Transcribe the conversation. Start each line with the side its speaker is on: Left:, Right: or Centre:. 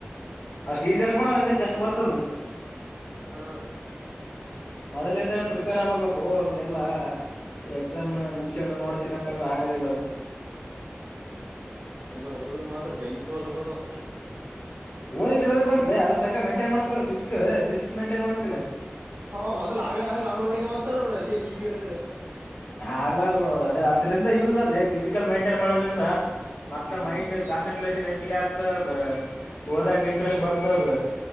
Left: ಅಷ್ಟು ಈಜಿ ಅನಕೊಂಡಾನ ಅಂದೆಚೇಷ್ಟ ಬರ್ಸೋದು.
Right: ಹಾ,
Left: ಮೊದಲಿಂದಾನೇ ಪ್ರಿಪೇರ್ ಆಗ್ಬೇಕಪ್ಪು ಅವುಕೆಲ್ಲಾ ಎಕ್ಸಾಮ ನ ಮುಗ್ಸಂಡ ನೋಡ್ತೀನಿ ಅಂತಂದ್ರೆ ಆಗದಿಲ್ಲಾವು.
Right: ಎಲ್ಲಾ ಹುಡುಗರು ಮಾತ್ರ ಬೆಂಕಿ <unintelligible>
Left: ಓದಿದ್ರ ಎದಕ ಬಂತ್ಲೇ ಅದಕ ತಕ್ಕ ಮೈಂಟೈನ್ ಮಾಡಬೇಕಲ್ಲ ಫಿಸಿಕ್ ಫಿಸಿಕ್ ಮೈಂಟೈನ್ ಮಾಡ್ಬೇಕಲ್ಲಾ.
Right: ಓಹೋ ಮೊದ್ಲು ಆಗನ್ ಆಗ್ಲಿ ನಮ್ದ ನೋಡಕಂ <unintelligible> ಮತ ನೋ್ರ ಅದೇ ಈಗ ಹೇಳಿದ್ರೆ
Left: ಆಗ್ಲಾರ ಅದ ಅದ್ರಿಂದ ಯೂಸ್ ಅಲ್ಲಿ ಫಿಸಿಕಲ್ ಮೈಂಟೈನ್ ಮಾಡೋದ್ರಿಂದ. ಮತ್ತ
Right: ಹ್ಮ್
Left: ಮೈಂಡ್ ಕಾನ್ಸನ್ಟ್ರೇಷನ್ ಹೆಚ್ಚಗಿ ಆಗ್ತದ ಓದಕ್ ಇಂಟ್ರೆಸ್ಟ್ ಬರ್ತದ.